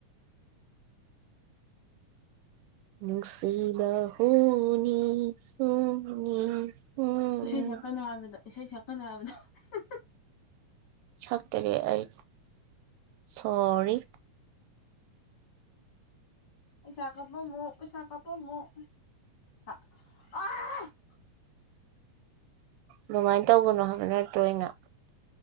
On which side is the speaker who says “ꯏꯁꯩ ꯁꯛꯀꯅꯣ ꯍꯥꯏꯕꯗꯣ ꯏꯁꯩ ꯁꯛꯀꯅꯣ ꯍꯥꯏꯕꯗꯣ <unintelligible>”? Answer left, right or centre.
Left